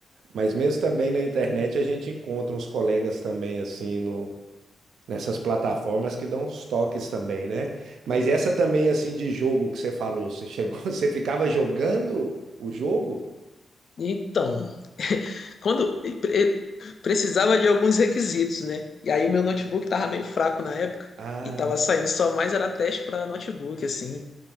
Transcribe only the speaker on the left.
Então, Quando pre- precisava de alguns requisitos, né? E aí meu notebook tava meio fraco na época
e tava saindo só mais era teste para notebook assim.